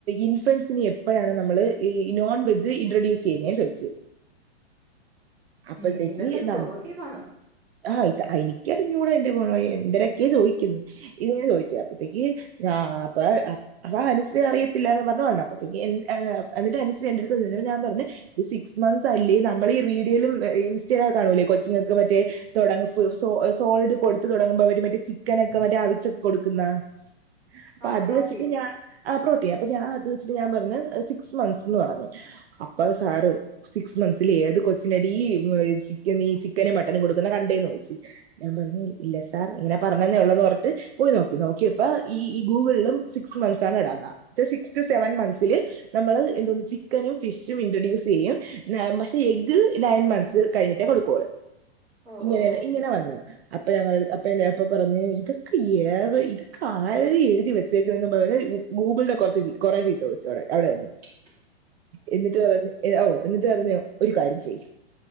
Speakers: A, on the right (about 65°); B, on the right (about 25°).
A: ഇൻഫൻസിന് എപ്പോഴാണ് നമ്മള് ഇ നോൺ വെജ് ഇൻട്രൊഡ്യൂസ് ചെയ്യുന്നതേ ചോദിച്ചത് അപ്പത്തേക്ക്
B: ഏ ഇതൊക്കെ
A: നാ
B: ചോദ്യമാണോ
A: ആഹ് എനിക്കറിഞ്ഞൂ എന്റെ എന്തൊരെക്കെ ചോദിക്കുന്നു ഇത്ഞ ചോദിച്ച അപ്പത്തേക്ക് ഞാ അപ്പ അപ്പൊ അനുശ്രീ അറിയത്തില്ല എന്ന് പറഞ്ഞഞ് വന്നപ്പോഴത്തേക്ക് എനീട്ട് അനുശ്രീ എന്റെറ അടുത്ത് ഞാൻ പറഞ്ഞു സിക്സ് മന്ത്സ് അല്ലേ നമ്മൾ ഈ വീഡിയോയിലും ഇൻസ്റ്റയില കാണുമല്ലേ കൊച്ചിങ്ങൾക്ക് മറ്റേ തുടങ്ങ സോ സോൾഡ് കൊടുത്ത് തുടങ്ങുമ്പോ അവര് മറ്റേ ചിക്കനൊക്കെ മറ്റേ അവിച്ചൊക്കെ കൊടുക്കുന്നാ അപ്പൊ
B: ആ
A: അത്
B: പ്രോട്ടീൻ
A: വെച്ചിട്ട് ഞാൻ ആ പ്രോട്ടീൻ അപ്പം ഞാൻ അത് വെച്ചിട്ട് ഞാൻ പറഞ്ഞ സിക്സ് മന്ത്സ് എന്ന് പറഞ്ഞ് അപ്പെ സാറ് സിക്സ് മന്ത്സിൽ ഏത് കൊ ച്ചിനടി ചിക്കൻ ഈ ചിക്കനും മട്ടനും കൊടുക്കുന്ന കണ്ടേനോയിച്ചു ഞാൻ പറഞ്ഞ ഇല്ല സാർ ഇങ്ങനെ പറഞ്ഞനെ ഉള്ളത് പറഞിട്ട് പോയി നോക്കി നോക്കിയപ്പ ഈ ഈ ഗൂഗിളിലും സിക്സ് മന്ത്സ്ണ് ഇടാന്ന സിക്സ് ടു സെവൻ മന്ത്സില് നമ്മള് എന്തോന്നു ചിക്കനും ഫിഷും ഇൻട്രൊഡ്യൂസ് ചെയ്യും പക്ഷെ എഗ് നയൻ മന്ത്സ് കഴിഞ്ഞിട്ടേ കൊടുക്കുവളു
B: ഓ
A: ഇങ്ങനെയ
B: ഓ ഓ
A: ഇങ്ങനെ വന്ന് അപ്പൊ ഞങ്ങ അപ്പ എ എപ്പ പറഞ്ഞ് ഇതൊക്കെ ഏവ ഇത് ആര് എഴുതി വെച്ചേക്കുന്നന്ന് പറഞ്ഞു ഗൂഗിളിനെ കുറച്ച് ചീ കുറെ ചീത്ത വിളിച്ചു അവിടെ അവിടെന്ന്
B: ശ <unintelligible>
A: എന്നിട്ട് പറഞ്ഞ് എ ഓ എന്നിട്ട് പറഞ്ഞ് ഒരു കാര്യം ചെയ്യും